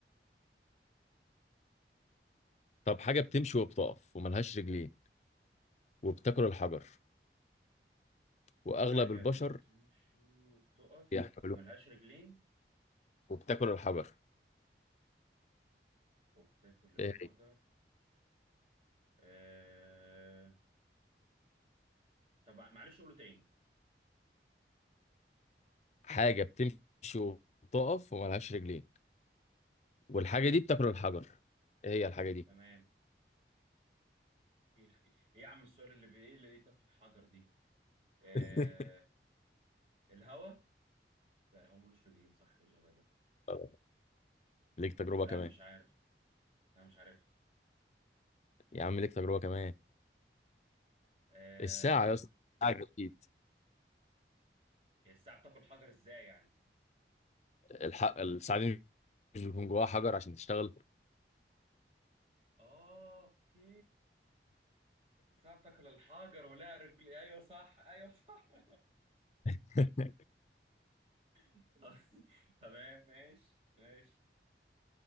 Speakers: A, on the left; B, on the right.
A: طب حاجة بتمشي وبتقف وملهاش رجلين وبتاكل الحجر وأغلب
B: حاجة
A: البشر
B: بتمشي وبتقف
A: بيحملوه
B: وملهاش رجلين
A: وبتاكل الحجر
B: وبتاكل الحجر
A: آه،
B: آه... طب معلش قوله تاني
A: حاجة بتمشي وبتقف وملهاش رجلين والحاجة دي بتاكل الحجر ايه هي الحاجة دي
B: تمام ايه ايه يا عم السؤال اللي بي... ايه اللي ايه تاكل الحجر دي آه...
A: <laughs>
B: الهوا لا هو ملوش رجلين صح ايه الغباء ده
A: طب، ليك تجربة
B: لا
A: كمان
B: مش عارف انا مش عارف
A: يا عم ليك تجربة كمان
B: آه...
A: الساعة يا اسطى الساعة أكيد
B: الساعة بتاكل حجر ازاي يعني
A: الحق الساعة دي مش بيكون جواها حجر عشان تشتغل
B: اه اوكي الساعة بتاكل الحجر ولها رجل ايوه صح ايوه صح <laughs>
A: <laughs>
B: <laughs> تمام ماشي ماشي